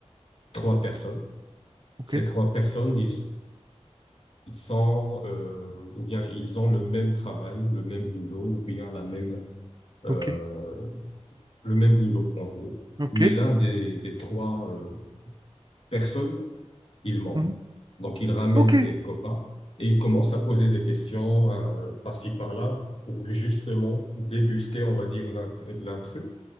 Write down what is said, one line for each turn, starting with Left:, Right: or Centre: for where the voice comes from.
Left: trois personnes.
Right: ok,
Left: Ces trois personnes, ils, ils sont, euh, ou bien ils ont le même travail, le même boulot, ou bien la même, euh,
Right: ok,
Left: le même boulot, en gros.
Right: ok.
Left: Mais l'un des, des trois euh, personnes il ment.
Right: Mhm.
Left: Donc, il ramène
Right: Ok,
Left: ses copains et il commence à poser des questions euh, par-ci, par-là pour justement débusquer, on va dire, l'intr- l'intrus.